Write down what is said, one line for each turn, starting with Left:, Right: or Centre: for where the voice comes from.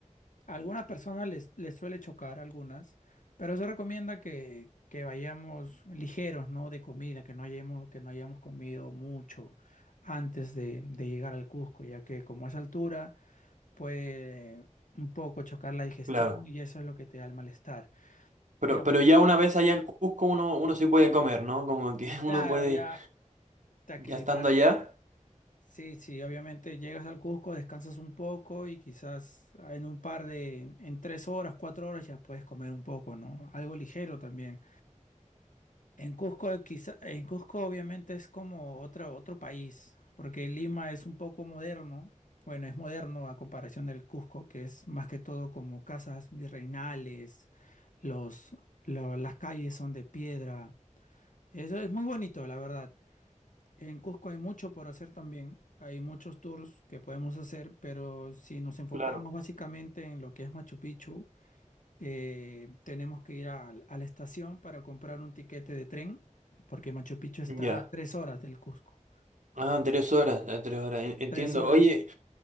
Left: A algunas personas les, les suele chocar, algunas, pero se recomienda que, que vayamos ligeros, ¿no? De comida, que no hayamos, que no hayamos comido mucho antes de, de llegar al Cusco, ya que como es altura puede un poco chocar la digestión
Right: Claro.
Left: y eso es lo que te da el malestar.
Right: Pero,
Left: Ya
Right: pero
Left: bueno,
Right: ya una vez allá en Cusco uno, uno sí puede comer, ¿no? Como que <laughs> uno
Left: claro,
Right: puede,
Left: ya te aclimatas.
Right: ya estando allá.
Left: Sí, sí, obviamente llegas al Cusco, descansas un poco y quizás en un par de, en tres horas, cuatro horas ya puedes comer un poco, ¿no? Algo ligero también. En Cusco, eh, quizá, en Cusco obviamente es como otro, otro país, porque Lima es un poco moderno, bueno, es moderno a comparación del Cusco, que es más que todo como casas virreinales, los, lo- las calles son de piedra, eso es muy bonito, la verdad. En Cusco hay mucho por hacer también, hay muchos tours que podemos hacer, pero si nos enfocamos
Right: Claro.
Left: básicamente en lo que es Machu Picchu, eh, tenemos que ir al- a, la estación para comprar un tiquete de tren, porque Machu Picchu está
Right: Ya.
Left: a tres horas del Cusco.
Right: Ah, tres horas, eh, tres horas, en- entiendo.
Left: Tres horas.
Right: Oye,